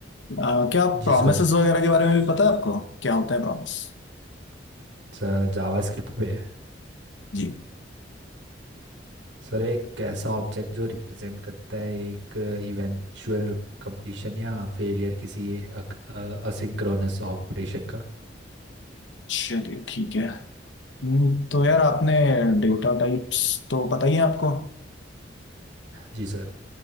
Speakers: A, on the left; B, on the right.
A: अ, क्या
B: जी
A: प्रॉमिसेस
B: सर
A: वगैरह के बारे में भी पता है आपको क्या होता है प्रॉमिस
B: सर जावास्क्रिप्ट पे
A: जी
B: सर एक ऐसा ऑब्जेक्ट जो रिप्रेजेंट करता है एक इवेंचुअल कंप्लीशन या फेलियर किसी असिंक्रोनस ऑपरेशन का
A: चलिए ठीक है हम्म, तो यार आपने डेटा टाइप्स तो पता ही है आपको
B: जी सर